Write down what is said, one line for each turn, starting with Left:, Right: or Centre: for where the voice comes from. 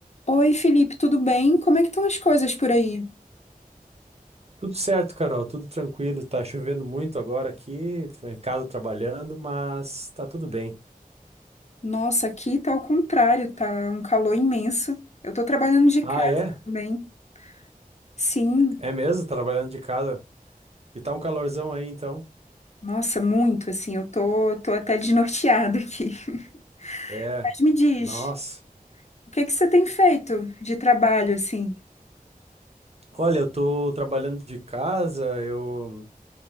Left: Oi, Felipe, tudo bem? Como é que estão as coisas por aí?
Right: Tudo certo, Carol, tudo tranquilo. Tá chovendo muito agora aqui, tô em casa trabalhando, mas tá tudo bem.
Left: Nossa, aqui tá ao contrário, tá um calor imenso. Eu tô trabalhando de casa
Right: Ah, é?
Left: também. Sim,
Right: É mesmo? Trabalhando de casa. E tá um calorzão aí, então?
Left: nossa, muito assim, eu tô, tô até desnorteada aqui. <laughs>
Right: É.
Left: Mas me diz,
Right: Nossa.
Left: o que é que você tem feito de trabalho assim?
Right: Olha, eu tô trabalhando de casa, eu,